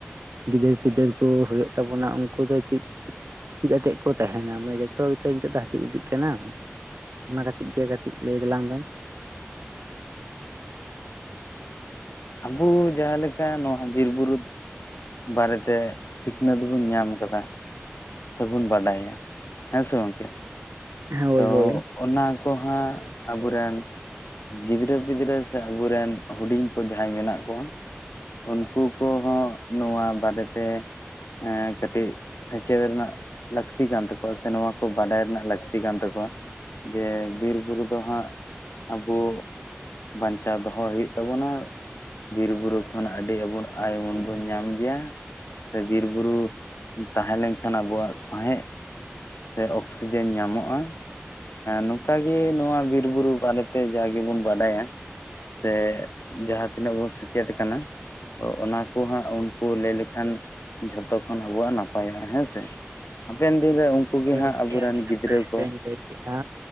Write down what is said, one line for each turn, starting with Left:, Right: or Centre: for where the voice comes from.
Right: ᱜᱤᱫᱟᱹᱨ ᱯᱤᱫᱟᱹᱨ ᱠᱚ ᱦᱩᱭᱩᱜ ᱛᱟᱵᱚᱱᱟ ᱩᱱᱠᱩ ᱫᱚ ᱪᱮᱫ ᱪᱮᱫᱟᱛᱜ ᱠᱚ ᱛᱟᱦᱮᱱᱟ ᱢᱟᱱᱮ ᱡᱚᱛᱚ ᱜᱮᱛ ᱱᱤᱛᱚᱜ ᱫᱚ ᱦᱟᱹᱯᱤᱫ ᱤᱫᱤᱜ ᱠᱟᱱᱟ, ᱦ ᱚᱱᱟ ᱠᱟᱹᱴᱤᱡ ᱜᱮ ᱠᱟᱹᱴᱤᱡ ᱞᱟᱹᱭ ᱛᱟᱞᱟᱝ ᱵᱮᱱ᱾
Left: ᱟᱵᱚ ᱡᱟᱦᱟᱸ ᱞᱮᱠᱟ ᱱᱚᱣᱟ ᱵᱤᱨᱼᱵᱩᱨᱩ ᱵᱟᱨᱮᱛᱮ ᱥᱤᱠᱷᱱᱟᱹᱛ ᱵᱚᱱ ᱧᱟᱢ ᱠᱟᱫᱟ ᱥᱮᱵᱚᱱ ᱵᱟᱰᱟᱭᱟ ᱦᱮᱸ ᱥᱮ ᱜᱚᱢᱠᱮ
Right: ᱦᱳᱭ
Left: ᱛᱚ
Right: ᱦᱳᱭ
Left: ᱚᱱᱟ ᱠᱚᱦᱟᱸ ᱟᱵᱚᱨᱮᱱ ᱜᱤᱫᱽᱨᱟᱹ ᱯᱤᱫᱽᱨᱟᱹ ᱥᱮ ᱟᱵᱚᱨᱮᱱ ᱦᱩᱰᱤᱧ ᱠᱚ ᱡᱟᱦᱟᱸᱭ ᱢᱮᱱᱟᱜ ᱠᱚᱣᱟ ᱩᱱᱠᱩ ᱠᱚᱦᱚᱸ ᱱᱚᱣᱟ ᱵᱟᱨᱮᱛᱮ ᱮ ᱠᱟᱹᱴᱤᱡ ᱥᱮᱪᱮᱫ ᱨᱮᱱᱟᱜ ᱞᱟᱹᱠᱛᱤ ᱠᱟᱱ ᱛᱟᱠᱚᱣᱟ ᱥᱮ ᱱᱚᱣᱟ ᱠᱚ ᱵᱟᱰᱟᱭ ᱨᱮᱱᱟᱜ ᱞᱟᱹᱠᱛᱤ ᱞᱟᱹᱠᱛᱤ ᱠᱟᱱ ᱛᱟᱠᱚᱣᱟ ᱡᱮ ᱵᱤᱨᱵᱩᱨᱩ ᱫᱚ ᱦᱟᱸᱜ ᱟᱵᱚ ᱵᱟᱧᱪᱟᱣ ᱫᱚᱦᱚ ᱦᱩᱭᱩᱜ ᱛᱟᱵᱚᱱᱟ ᱵᱤᱨᱵᱩᱨᱩ ᱠᱷᱚᱱ ᱟᱹᱰᱤ ᱟᱵᱚ ᱟᱭᱢᱚᱱ ᱵᱚᱱ ᱧᱟᱢ ᱜᱮᱭᱟ ᱥᱮ ᱵᱤᱨᱵᱩᱨᱩ ᱛᱟᱦᱮᱸ ᱞᱮᱱᱠᱷᱟᱱ ᱟᱵᱚᱣᱟᱜ ᱥᱟᱶᱦᱮᱫ ᱥᱮ ᱚᱠᱥᱤᱡᱮᱱ ᱧᱟᱢᱚᱜᱼᱟ ᱱᱚᱝᱠᱟᱜᱼᱮ ᱜᱮ ᱱᱚᱣᱟ ᱵᱤᱨ ᱵᱩᱨᱩ ᱵᱟᱨᱮᱛᱮ ᱡᱟᱜ ᱜᱮᱵᱚᱱ ᱵᱟᱰᱟᱭᱟ ᱥᱮ ᱡᱟᱦᱟᱸ ᱛᱤᱱᱟᱹᱜ ᱵᱚᱱ ᱥᱮᱪᱮᱫ ᱠᱟᱱᱟ- ᱛᱚ ᱚᱱᱟ ᱠᱚ ᱦᱟᱸᱜ ᱩᱱᱠᱩ ᱞᱟᱹᱭ ᱞᱮᱠᱷᱟᱱ ᱡᱷᱚᱛᱚ ᱠᱷᱚᱱ ᱟᱵᱚᱣᱟᱜ ᱱᱟᱯᱟᱭᱟ ᱦᱮᱸᱥᱮ- ᱦᱟᱯᱮᱱ ᱫᱤᱱᱨᱮ ᱩᱱᱠᱩ ᱜᱮ
Right: ᱦᱳᱭ
Left: ᱦᱟᱸᱜ
Right: ᱜᱚᱢᱠᱮ
Left: ᱟᱵᱚᱨᱮᱱ
Right: ᱟᱹᱰᱤ ᱱᱟᱯᱟᱭ
Left: ᱜᱤᱫᱽᱨᱟᱹ᱾ ᱠᱚ
Right: ᱞᱟᱹᱭ ᱠᱮᱫᱼᱟ